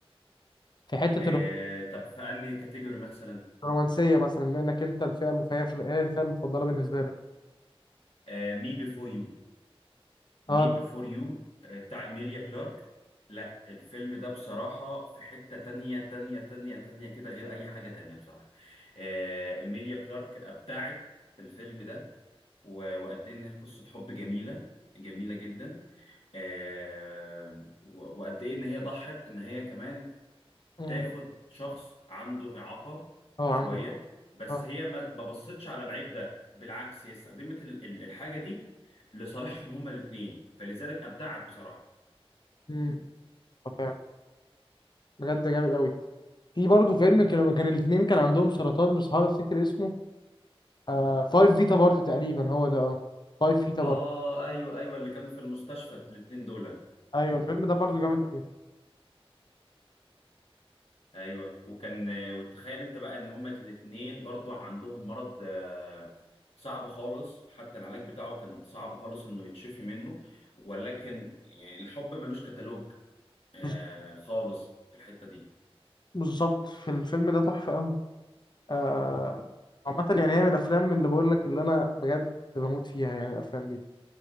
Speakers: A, on the left (about 45°); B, on the left (about 75°).
A: في حتة
B: آه طب في انهي كاتيجوري مثلا
A: رومانسيه مثلا بما انك انت الفئه المفيده في الايه، الفئه المفضله بالنسبه لك
B: آه مي بيفور يو مي
A: اه
B: بيفور يو بتاع إيميليا كلارك لا الفيلم ده بصراحة في حتة تانية تانية تانية تانية كده غير أي حاجة تانية بصراحة آه، إيميليا كلارك أبدعت في الفيلم ده و- وقد إيه إن هي قصة حب جميلة جميلة جدا آه، و- وقد إيه إن هي ضحت إن هي كمان
A: مم.
B: تاخد شخص عنده إعاقة
A: اه
B: شوية
A: عندك
B: بس
A: اه
B: هي ما ما بصتش على العيب ده بالعكس هي استخدمت ال- ال- الحاجة دي لصالحهم هما الاتنين فلذلك أبدعت بصراحة
A: مم. آه، فعلا بجد جامد قوي في برضه فيلم كان لما كان الاثنين كان عندهم سرطان بس هحاول افتكر اسمه آه فايف فيتا بارت تقريبا هو ده اه فايف فيتا
B: اه
A: بارت
B: ايوه ايوه اللي كانوا في المستشفى الاتنين دول
A: ايوه الفيلم ده برضه جامد قوي
B: ايوه وكان وتخيل انت بقى ان هما الاتنين برضو عندهم مرض آه، صعب خالص حتى العلاج بتاعه كان صعب خالص انه يتشفي منه ولكن يعني الحب ملوش كتالوج آه،
A: بز-
B: خالص في الحتة دي
A: بالظبط في الفيلم ده تحفه قوي آه عامه يعني هي من الافلام اللي بقول لك اللي انا بجد بموت فيها يعني الافلام دي